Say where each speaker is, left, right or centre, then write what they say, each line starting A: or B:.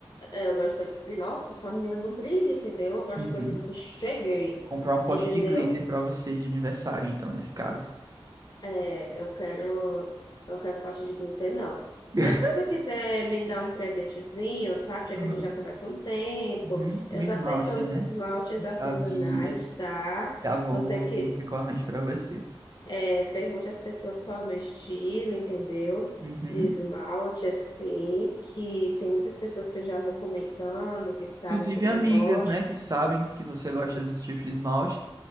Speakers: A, on the left; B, on the right.
A: É, eu gosto de coisas. e, Nossa, sou a menina do brilho, entendeu? Eu gosto
B: Uhum.
A: de coisas assim, cheguei,
B: Comprar um pote
A: entendeu?
B: de glitter pra você de aniversário, então, nesse caso.
A: É, eu quero, eu quero um pote de glitter, não.
B: <laughs>
A: Mas se você quiser me dar um presentezinho, sabe? Já
B: Aham.
A: que a gente já conversa um tempo,
B: Uhum.
A: eu
B: O esmalte,
A: tô aceitando os
B: né?
A: esmaltes artesanais,
B: Sabia.
A: tá?
B: Tá bom,
A: Você
B: vou
A: que
B: ver o que eu arranjo pra você.
A: é, pergunte às pessoas qual é o meu estilo, entendeu?
B: Uhum.
A: De esmalte, assim, que tem muitas pessoas que eu já vou comentando, que sabem
B: Inclusive
A: como
B: amigas,
A: eu gosto.
B: né, que sabem que você gosta desse tipo de esmalte.